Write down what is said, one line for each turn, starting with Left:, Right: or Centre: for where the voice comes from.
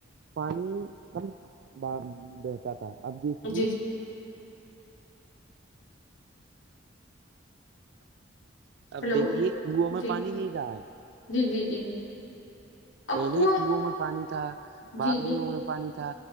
Right: پانی کم بار بہتا تھا اب دیکھ لیے
Left: جی
Right: اب
Left: ہلو
Right: دیکھیے کنواںوں میں
Left: جی
Right: پانی نہیں رہا ہے
Left: جی جی جی اب
Right: پہلے
Left: کنواں
Right: کنووں میں پانی تھا بابڑیوں
Left: جی جی
Right: میں پانی تھا